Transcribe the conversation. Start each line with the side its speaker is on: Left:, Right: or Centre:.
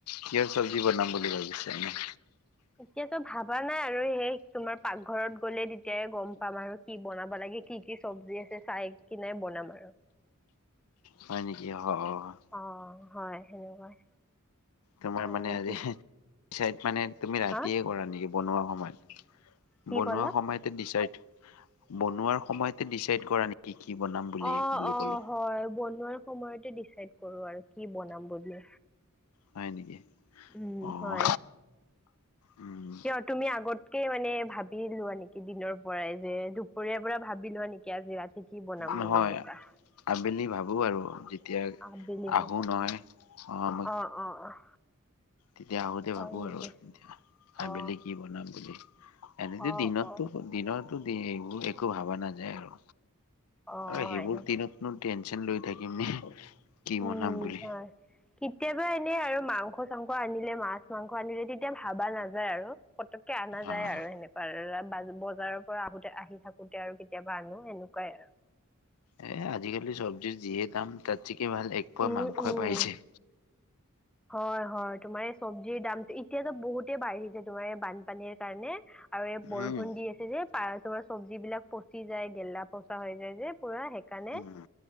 Left: কিহৰ চব্জি বনাম বুলি ভাবিছে এনে?
Centre: এতিয়াতো ভাবা নাই আৰু সেই তোমাৰ পাকঘৰত গ'লে তেতিয়াই গম পাম আৰু। কি বনাব লাগে কি কি চব্জি আছে চাই কিনে বনাম আৰু।
Left: হয় নেকি অ', অ'।
Centre: অ' হয় সেনেকুৱাই।
Left: তোমাৰ
Centre: আৰু
Left: মানে আজি
Centre: কি
Left: <inaudible> মানে তুমি ৰাতিয়ে
Centre: হা
Left: কৰা নেকি বনোৱা সময়ত।
Centre: কি
Left: বনোৱা
Centre: ক'লা
Left: সময়তে ডিচাইড, বনোৱাৰ সময়তে ডিচাইড কৰা কি কি বনাম বুলি
Centre: অ
Left: বুলো
Centre: অ
Left: ক'লোঁ।
Centre: হয় বনো সময়তে ডিচাইড কৰোঁ আৰু কি বনাম বুলি।
Left: হয় নেকি
Centre: উম
Left: অ'।
Centre: হয়
Left: উম
Centre: কিয় তুমি আগতকে মানে ভাবি লোৱা নেকি দিনৰ পৰাই যে দুপৰীয়াৰ পৰা ভাবি লোৱা নেক কি আজি ৰাতি কি বনাম
Left: নহয়
Centre: বুলি সেনেকুৱা।
Left: আবেলি ভাবোঁ আৰু যেতিয়া
Centre: আবেলি ভাবা
Left: আহোঁ নহয় অ'
Centre: অ', অ', অ'।
Left: তেতিয়া আহোঁতে
Centre: হয়
Left: ভাবোঁ
Centre: নেকি
Left: আৰু <inaudible> আবেলি
Centre: অ
Left: কি বনাম বুলি, এনেতো
Centre: অ
Left: দিনতো
Centre: অ
Left: দনৰতো, দি এইবোৰ একো ভাবা নাযায় আৰু,
Centre: অ
Left: আৰু
Centre: হয়
Left: সেইবোৰ
Centre: নেকি
Left: দিনত টেনচন লৈ থাকিম নে কি
Centre: উম,
Left: বনাম বুলি
Centre: হয় কেতিয়াবা এনেই আৰু মাংস মা-মাংস আনিলে মাছ-মাংস আনিলে তেতিয়া ভাবা নাযায় আৰু, পতককে অনা যায়
Left: অ'।
Centre: আৰু সেনেকোৱা প, বজাৰৰ পৰা আহোতে আহি থাকোতে আৰু কেতিয়াবা আনো সেনেকুৱাই আৰু।
Left: এ, আজিকালি চব্জিৰ যিয়ে দাম, তাতকে ভাল এক পোৱা
Centre: উম
Left: মাংসই
Centre: উম
Left: পাই যাই।
Centre: হয়, হয় তোমাৰ এই চব্জিৰ দামটো এতিয়াতো বহুতে বাঢ়িছে তোমাৰ বানপানীৰ কাৰণে। আৰু এই বৰষুণ
Left: উম,
Centre: দি আছে যে, পাৰ তোমাৰ চব্জ বিলাক পচি যায় গেলা-পচা হৈ যায় যে পুৰা কানে,
Left: উম,